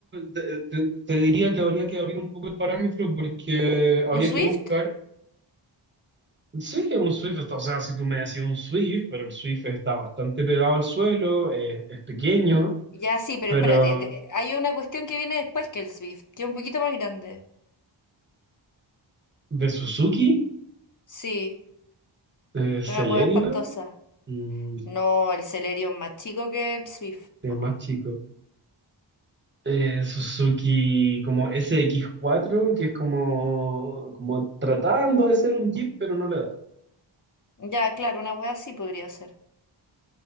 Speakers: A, on the right (about 25°); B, on the left (about 40°).
A: te, te- te diría que habría que abrir un poco el parámetro porque habría
B: ¿Un Swift?
A: que buscar Sí, un Swift, o sea, si tú me decías un Swift, pero el Swift está bastante pegado al suelo, eh, es pequeño,
B: Ya sí, pero
A: pero
B: espérate, de- hay una cuestión que viene después que el Swift, que es un poquito más grande.
A: de Suzuki,
B: Sí,
A: eh, Celerio,
B: que es una hueá espantosa.
A: mm,
B: No, el Celerio es más chico que el Swift.
A: de
B: po.
A: más chico. Eh, Suzuki como SX4, que es como, como tratando de ser un Jeep, pero no le da.
B: Ya, claro, una wea así podría ser.